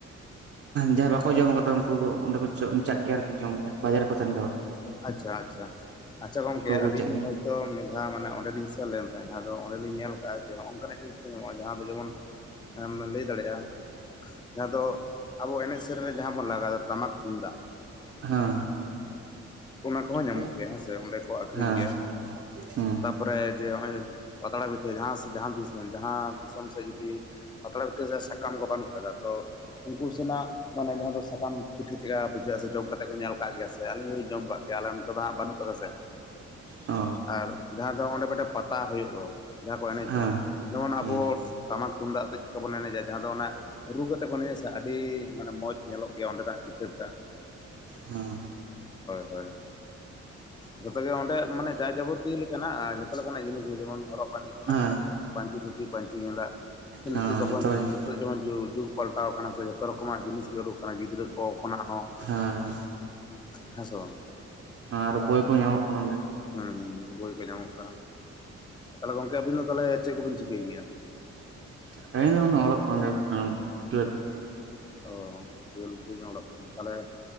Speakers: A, on the right; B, on the left.
A: ᱡᱟᱦᱟᱸᱭ ᱵᱟᱠᱚ ᱡᱚᱢ ᱠᱟᱫᱟ ᱩᱱᱠᱩ ᱫᱚ ᱚᱸᱰᱮ ᱠᱚ ᱪᱟᱜ ᱜᱮᱭᱟ ᱟᱨᱠᱤ ᱡᱚᱢ ᱧᱩ ᱵᱟᱡᱟᱨ ᱨᱮᱠᱚ ᱛᱟᱦᱮᱱ ᱜᱨᱴᱮ ᱦᱚᱲ
B: ᱟᱪᱪᱷᱟ, ᱟᱪᱪᱷᱟ, ᱟᱪᱪᱷᱟ ᱜᱚᱝᱠᱮ
A: ᱩᱱᱠᱩ ᱦᱚᱸᱠᱚ
B: ᱟᱹᱞᱤᱧ
A: ᱪᱟᱜ ᱜᱮᱭᱟ
B: ᱦᱚᱭ ᱛᱚ ᱢᱤᱫ ᱫᱷᱟᱣ ᱢᱟᱱᱮ ᱚᱸᱰᱮ ᱞᱤᱧ ᱥᱮᱱ ᱞᱮᱱ ᱛᱟᱦᱮᱸᱜᱼᱟ ᱟᱫᱚ ᱚᱸᱰᱮᱞᱤᱧ ᱧᱮᱞ ᱠᱟᱜᱼᱟ ᱡᱮ ᱱᱚᱜᱼᱚᱝ ᱠᱟᱱᱟᱜ ᱡᱤᱱᱤᱥ ᱠᱚ ᱧᱟᱢᱚᱜ ᱡᱟᱦᱟᱸ ᱫᱚ ᱡᱮᱢᱚᱱ ᱮᱢ ᱞᱟᱹᱭ ᱫᱟᱲᱮᱭᱟᱜᱼᱟ ᱡᱟᱦᱟᱸ ᱫᱚ ᱟᱵᱚ ᱮᱱᱮᱡ ᱥᱮᱨᱮᱧ ᱨᱮ ᱡᱟᱦᱟᱸ ᱵᱚᱱ ᱞᱟᱜᱟᱣᱟ ᱴᱟᱢᱟᱠ ᱛᱩᱢᱫᱟᱜ᱾
A: ᱦᱮᱸ᱾
B: ᱚᱱᱟ ᱠᱚᱦᱚᱸ ᱧᱟᱢᱚᱜ
A: ᱦᱩᱸ
B: ᱜᱮᱭᱟ ᱦᱮᱸᱥᱮ ᱚᱸᱰᱮ ᱠᱚ ᱟᱹᱠᱷᱨᱤᱧ
A: ᱦᱮᱸ
B: ᱜᱮᱭᱟ᱾
A: ᱦᱩᱸ ᱦᱮᱸ
B: ᱯᱚᱨᱮ ᱡᱮ ᱦᱚᱸᱜ-ᱚᱭ ᱯᱟᱛᱲᱟ ᱯᱤᱴᱷᱟᱹ᱾ ᱡᱟᱦᱟᱸ ᱥᱮᱡ ᱡᱟᱦᱟᱸ ᱫᱤᱥᱚᱢ ᱡᱟᱦᱟᱸ ᱫᱤᱥᱚᱢ ᱥᱮᱫ ᱡᱩᱫᱤ ᱯᱟᱛᱲᱟ ᱯᱤᱴᱷᱟᱹ ᱥᱮ ᱥᱟᱠᱟᱢ ᱠᱚ ᱵᱟᱹᱱᱩᱜ ᱟᱠᱟᱫᱟ ᱛᱚ ᱩᱱᱠᱩ ᱥᱮᱱᱟᱜ ᱢᱟᱱᱮ ᱡᱟᱦᱟᱸ ᱫᱚ ᱥᱟᱠᱟᱢ ᱯᱤᱴᱷᱟᱹ ᱪᱮᱫᱠᱟ ᱵᱩᱡᱷᱟᱹᱜᱼᱟ ᱥᱮ ᱡᱚᱢ ᱠᱟᱛᱮ ᱠᱚ ᱧᱮᱞ ᱠᱟᱜ ᱜᱮᱭᱟ ᱥᱮ ᱟᱞᱤᱧ ᱦᱚᱞᱤᱧ ᱡᱚᱢ ᱠᱟᱜ ᱜᱮᱭᱟ᱾ ᱟᱞᱮ ᱚᱱ ᱛᱮᱫᱚ ᱦᱟᱸᱜ ᱵᱟᱹᱱᱩᱜ ᱠᱟᱫᱟ ᱥᱮ᱾
A: ᱚ
B: ᱟᱨ ᱡᱟᱦᱟᱸ ᱫᱚ ᱚᱸᱰᱮ ᱢᱤᱫᱴᱮᱡ ᱯᱟᱛᱟ ᱦᱩᱭᱩᱜ ᱫᱚ, ᱡᱟᱦᱟᱸ ᱠᱚ ᱮᱱᱮᱡ
A: ᱦᱮᱸ
B: ᱫᱚ᱾ ᱡᱮᱢᱚᱱ
A: ᱦᱩᱸ
B: ᱟᱵᱚ ᱴᱟᱢᱟᱠ ᱛᱩᱢᱫᱟᱜ ᱟᱛᱮ ᱪᱮᱫᱠᱟ ᱵᱚᱱ ᱮᱱᱮᱡᱟ ᱡᱟᱦᱟᱸ ᱫᱚ ᱚᱱᱟ ᱨᱩ ᱠᱟᱛᱮᱜ ᱠᱚ ᱮᱱᱮᱡᱟ ᱥᱮ ᱟᱰᱤ ᱢᱟᱱᱮ ᱢᱚᱸᱡᱽ ᱧᱮᱞᱚᱜ ᱜᱮᱭᱟ ᱚᱸᱰᱮᱱᱟᱜ ᱪᱤᱛᱟᱹᱨ ᱴᱟᱜ
A: ᱦᱮᱸ
B: ᱦᱳᱭ᱾ ᱡᱚᱛᱚ ᱜᱮ ᱚᱸᱰᱮ ᱢᱟᱱᱮ ᱡᱟᱣ ᱡᱟᱵᱚᱛᱤᱭᱟᱹ ᱞᱮᱠᱟᱱᱟᱜ ᱟ ᱡᱷᱚᱛᱚ ᱞᱮᱠᱟᱱᱟᱜ ᱡᱤᱱᱤᱥ ᱜᱮ ᱡᱮᱢᱚᱱ ᱦᱚᱨᱚᱜ ᱵᱟᱸᱫᱮ ᱠᱷᱚᱱᱟᱜ
A: ᱦᱮᱸ
B: ᱦᱚᱸᱜ-ᱚᱭ ᱡᱮᱢᱚᱱ ᱯᱟᱹᱧᱪᱤ ᱫᱷᱩᱛᱤ ᱯᱟᱹᱧᱪᱤ ᱜᱮᱸᱫᱟᱜ᱾ ᱥᱮ
A: ᱦᱮᱸ
B: ᱱᱤᱛᱚᱜ ᱫᱚᱵᱚᱱ
A: ᱡᱚᱛᱚ ᱦᱮᱸ
B: ᱱᱤᱛᱚᱜ ᱡᱮᱠᱷᱚᱱ ᱡᱩ-ᱡᱩᱜᱽ ᱯᱟᱞᱴᱟᱣ ᱠᱟᱱᱟ ᱥᱮ ᱡᱷᱚᱛᱚ ᱨᱚᱠᱚᱢᱟᱜ ᱡᱤᱱᱤᱥ ᱜᱮ ᱚᱰᱳᱠ ᱠᱟᱱᱟ᱾ ᱜᱤᱫᱽᱨᱟᱹ ᱠᱚ ᱠᱷᱚᱱᱟᱜ ᱦᱚᱸ
A: ᱦᱮᱸ᱾
B: ᱦᱮᱸ ᱥᱮ ᱵᱟᱝ?
A: ᱟᱨ ᱵᱳᱭ ᱠᱚᱦᱚᱸ ᱧᱟᱢᱚᱜ ᱠᱟᱱᱟ ᱚᱱᱰᱮ᱾
B: ᱦᱮᱸ ᱦᱮᱸ ᱵᱳᱭ ᱠᱚ ᱧᱟᱢᱚᱜ ᱠᱟᱱᱟ᱾ ᱛᱟᱦᱞᱮ ᱜᱚᱝᱠᱮ ᱟᱵᱤᱱ ᱫᱚ ᱛᱟᱦᱞᱮ ᱪᱮᱫ ᱠᱚᱵᱤᱱ ᱪᱤᱠᱟᱹᱭ ᱜᱮᱭᱟ?
A: ᱟᱞᱤᱧ ᱫᱚ ᱮᱠᱷᱚᱱ ᱚᱞᱚᱜ ᱠᱟᱱᱟ <unintelligible> <unintelligible>
B: ᱚ ᱴᱩᱭᱮᱞᱵᱷ ᱨᱮᱱᱤᱱ ᱚᱞᱚᱜ ᱠᱟᱱᱚ ᱛᱟᱞᱦᱮ